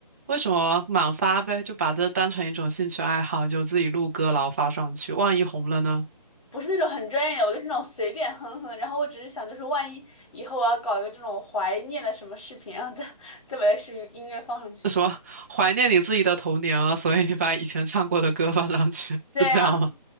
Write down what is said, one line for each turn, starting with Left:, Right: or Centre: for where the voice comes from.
Right: 为什么满发呗？就把这当成一种兴趣爱好，就自己录歌，然后发上去。万一红了呢？
Left: 不是那种很专业的，我就是那种随便哼哼。然后我只是想，就是万一以后我要搞一个这种怀念的什么视频，然后再再把这个视频音乐放上去。
Right: 那什么，怀念你自己的童年啊，所以你把以前唱过的歌放上去，
Left: 对呀、
Right: 是这样吗？